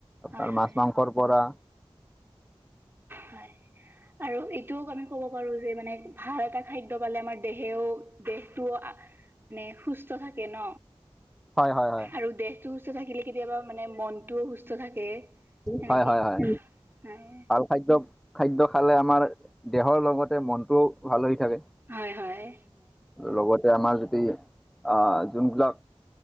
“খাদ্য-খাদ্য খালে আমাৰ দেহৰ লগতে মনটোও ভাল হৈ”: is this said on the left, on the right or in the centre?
Centre